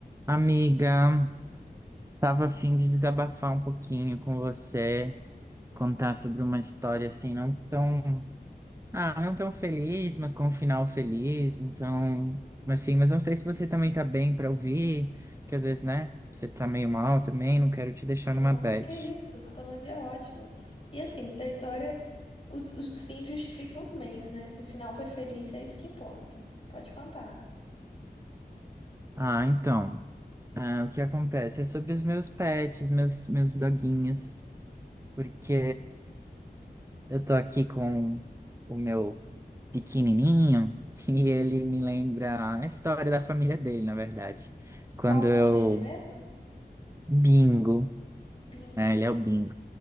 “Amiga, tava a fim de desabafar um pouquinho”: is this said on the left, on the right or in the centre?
Right